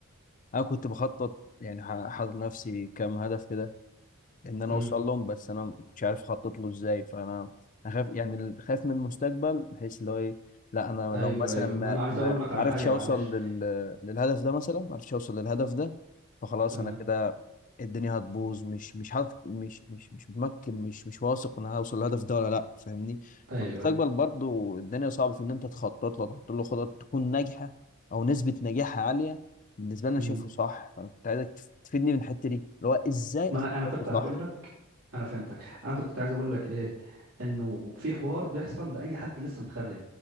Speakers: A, on the left; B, on the right.
A: انا كنت بخطط يعني ح- حاطط لنفسي كام هدف كده ان انا
B: امم
A: اوصل لهم بس انا ما كنتش عارف اخطط له ازاي فانا انا خايف يعني ال- خايف من المستقبل بحيث اللي هو ايه لا انا
B: ايوه
A: لو مثلا
B: ايوه
A: ما
B: ما انا عايز
A: ما
B: اقول لك على
A: ما عرفتش
B: حاجة معلش
A: اوصل لل... للهدف ده مثلا ما عرفتش اوصل للهدف ده فخلاص
B: تمام
A: انا كده الدنيا هتبوظ مش مش حاطط مش مش مش متمكن مش مش واثق ان انا هوصل للهدف ده ولا لا فاهمني
B: ايوه
A: فالمستقبل
B: ايوه
A: برضو الدنيا صعب في ان انت تخطط له تحط له خطط تكون ناجحه او نسبه نجاحها عاليه بالنسبه لي انا
B: مم.
A: شايفه صح فانا كنت عايزك تف- تفيدني من الحته دي اللي هو ازاي
B: ما
A: اخطط
B: انا انا كنت
A: له
B: هقول
A: صح
B: لك انا فهمتك انا كنت عايز اقول لك ايه انه في حوار بيحصل لاي حد لسه متخرج